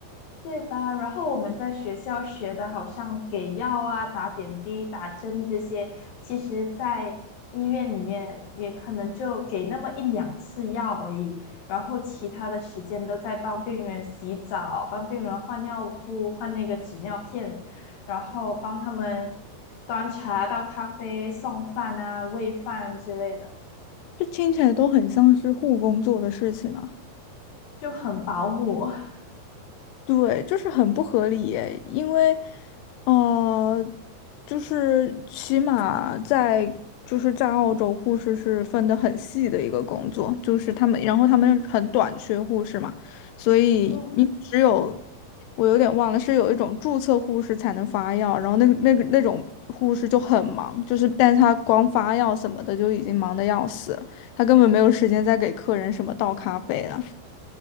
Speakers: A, on the left; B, on the left.
A: 对吧？然后我们在学校学的，好像给药啊、打点滴、打针这些，其实在医院里面也可能就给那么一两次药而已，然后其他的时间都在帮病人洗澡、帮病人换尿布、换那个纸尿片，然后帮他们端茶倒咖啡、送饭啊、喂饭之类的，
B: 这听起来都很像是护工做的事情啊。
A: 就很保姆。<laughs>
B: 对，就是很不合理耶，因为，呃，就是起码在就是在澳洲，护士是分得很细的一个工作，就是他们，然后他们很短缺护士嘛，所以你只有
A: 嗯。
B: 我有点忘了，是有一种注册护士才能发药，然后那个那个那种护士就很忙，就是但他光发药什么的就已经忙得要死了，他根本没有时间再给客人什么倒咖啡了。